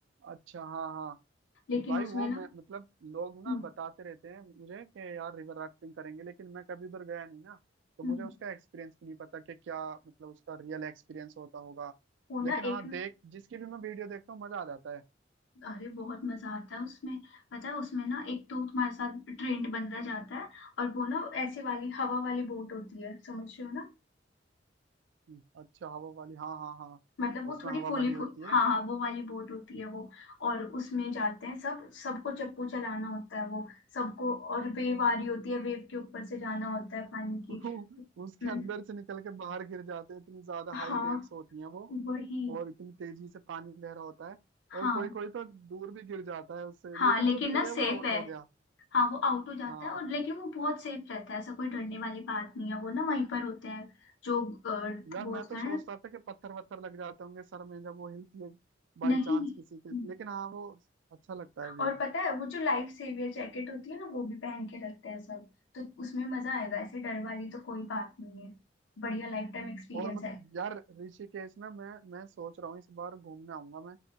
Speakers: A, on the right (about 75°); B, on the left (about 80°).
A: अच्छा हाँ हाँ
B: लेकिन
A: भाई
B: उसमें
A: वो
B: ना
A: मैं मतलब लोग ना
B: हम्म,
A: बताते रहते हैं मुझे कि यार रिवर राफ्टिंग करेंगे लेकिन मैं कभी उधर गया नहीं ना तो
B: हम्म,
A: मुझे उसका एक्सपीरियंस भी नहीं पता कि क्या मतलब उसका रियल एक्सपीरियंस होता होगा
B: वो ना
A: लेकिन हाँ
B: एक
A: देख जिसकी भी मैं वीडियो देखता हूँ मजा आ जाता है
B: अरे बहुत मजा आता है उसमें पता है उसमें ना एक तो तुम्हारे साथ ट्रेंड बंदा जाता है और वो ना ऐसे वाली हवा वाली बोट होती है समझ रहे हो ना
A: हम्म, अच्छा हवा वाली हाँ हाँ हाँ
B: मतलब वो
A: उसमें
B: थोड़ी
A: हवा
B: फूली
A: भरी होती
B: फूल
A: है
B: हाँ हाँ वो वाली बोट होती है वो और उसमें जाते हैं सब सबको चप्पू चलाना होता है वो सबको और वेव आ रही होती है वेव के ऊपर से जाना होता है पानी
A: <laughs>
B: की
A: उसके
B: हम्म,
A: अंदर से निकल के बाहर गिर जाते हैं इतनी ज्यादा
B: हाँ
A: हाई वेव्स होती हैं वो
B: वही
A: और इतनी तेजी से पानी बह रहा होता है
B: हाँ
A: और कोई कोई तो दूर भी गिर जाता है उससे
B: हाँ
A: लेकिन
B: लेकिन
A: जो गिर
B: ना
A: गया
B: सेफ
A: वो आउट
B: है
A: हो गया
B: हाँ वो आउट हो जाता
A: हाँ
B: है और लेकिन वो बहुत सेफ रहता है ऐसा कोई डरने वाली बात नहीं है वो ना वहीं पर होते हैं जो अ,
A: यार
B: वो
A: मैं
B: होता
A: तो सोचता
B: है
A: था कि पत्थर वत्थर लग जाते होंगे सर में जब वो हिलती है बाई
B: ना नहीं
A: चांस किसी के लेकिन हाँ वो अच्छा लगता है व्यू
B: और पता है वो जो लाइफ सेवियर जैकेट होती है ना वो भी पहन के रखते हैं सब तो उसमें मजा आएगा ऐसे डर वाली तो कोई बात नहीं है बढ़िया लाइफ टाइम एक्सपीरियंस
A: और मत,
B: है
A: यार ऋषिकेश ना मैं मैं सोच रहा हूँ इस बार घूमने आऊंगा मैं